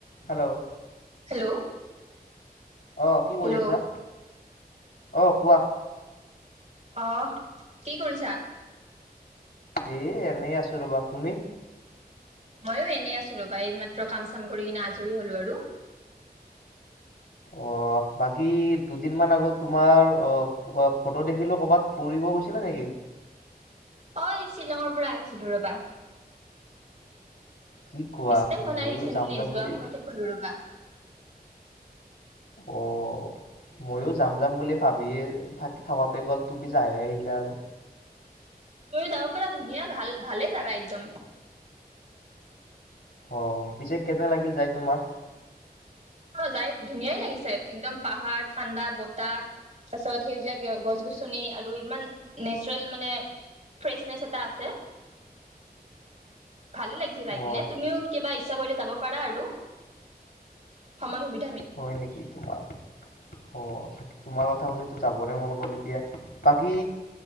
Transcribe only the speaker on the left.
hello
আহ কি কৰি
আছা অ কোৱা
এ এনেই আছো ৰবা তুমি
অ বাকী দুদিনমান আগত তোমাৰ অ ফটো দেখিলো কৰবাত ফুৰিব গৈছিলে নেকি?
কি কোৱা
ময়ো
যাম যাম
বুলি
অ ময়ো যাম যাম বুলি ভাবিয়ে থাকোতে গ'ল তুমি যাইে আহিলা আৰু
অ পিছে কেনে লাগিল যায় তোমাৰ?
অ
হয় নেকি তোমাৰ অ তোমাৰ কথা শুনো যাবৰে মন গ'ল এতিয়া বাকী